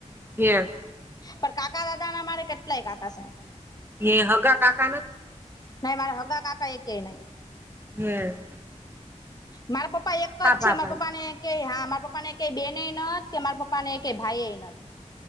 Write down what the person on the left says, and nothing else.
પણ કાકા બાપા ના મારે કેટલાય કાકા છે.
નઈ મારા હગા કાકા એકે નહીં
મારા પપ્પા એક જ છે
મારા પપ્પા ને કે હા મારા પપ્પા ને કઈ બેન નઈ ન નથી કે મારા પપ્પાને ક ભાઈ એ નથી.